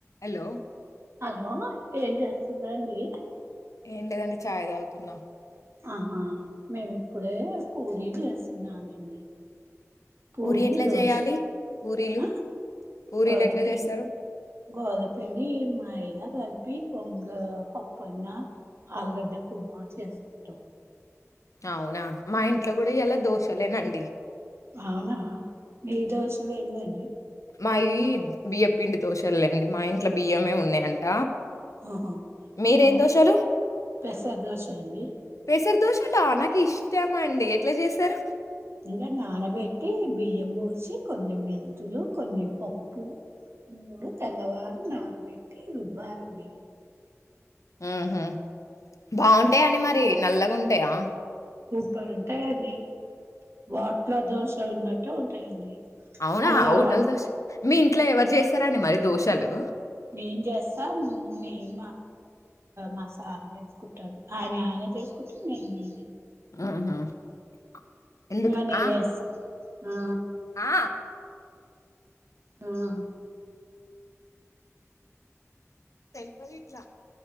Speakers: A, on the left (about 75°); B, on the right (about 50°).
A: అల్లో
B: ఓ ఏం జెస్తుందండి
A: ఏం లేదండి చాయ్ దాగుతున్నా
B: ఆహా మేము ఇప్పుడే పూరి జేస్తున్నానండి పూరి
A: ఎట్లా
B: దోష్
A: చేయాలి పూరీలు
B: ఆ
A: పూరీలు
B: గోద
A: ఎట్లా
B: పిండి
A: చేస్తారు
B: గోద పిండి మైదా గలిపి పొంగ్ పప్పన్న ఆలుగడ్డ కుర్మా చేసుకుంటాం
A: అవునా మా ఇంట్లో గుడా ఇయాల దోషలేనండి
B: అవునా మీ దోషలు ఎన్నండి
A: మాయ్ వి బియ్య పిండి దోషల్లేండి మా ఇంట్లో బియ్యమే ఉన్నయంట
B: ఆహా
A: మీరేమ్
B: మేము
A: దోషలు
B: పెసర దోశ అండి
A: పేసర్ దోషాల నాన్ కిఇష్టం అండి ఎట్లా చేస్తారు
B: ఇంకా నానబెట్టి బియ్యం పోసి కొన్ని మెంతులు కొన్ని పప్పు మూడు తెల్లవారు నానబెట్టి రుబ్బారండి
A: ఉహ బాగుంటాయా అని మరి నల్లగాంటాయా
B: ప్పుడు ఉంటాయండి వాోట్ల దోశ ఉన్నట్టు ఉంటాయండి
A: అవునా
B: అల్లా
A: హోటల్ దో మీ ఇంట్లో ఎవరు చేస్తారా అండి మరి దోషాలు
B: నేం చేస్తా నేం మసాల చేసుకుంటాారు ఆయనె ఆయనె స్ కు నిమీ
A: ఆహఎందుకు
B: ఇంకా నేను
A: ఆ
B: వేస్తా ఆ
A: ఆ
B: ఆవు న
A: తెంపరిర్ీట్లా